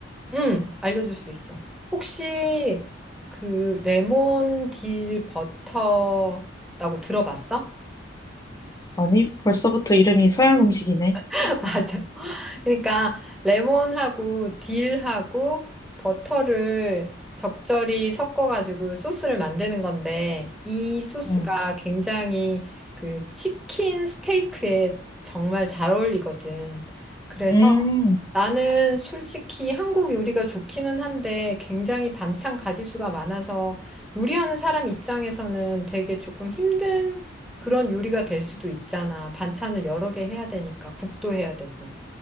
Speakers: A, in the centre; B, on the left.
A: 응, 알려줄 수 있어. 혹시 그 레몬 딜 버터라고 들어봤어?
B: 아니, 벌써부터 이름이 서양 음식이네.
A: <laughs> 맞아. 그러니까 레몬하고 딜하고 버터를 적절히 섞어가지고 소스를 만드는 건데 이 소스가
B: 응.
A: 굉장히 그 치킨 스테이크에 정말 잘 어울리거든. 그래서
B: 음,
A: 나는 솔직히 한국 요리가 좋기는 한데 굉장히 반찬 가짓수가 많아서 요리하는 사람 입장에서는 되게 조금 힘든 그런 요리가 될 수도 있잖아. 반찬을 여러 개 해야 되니까 국도 해야 되고.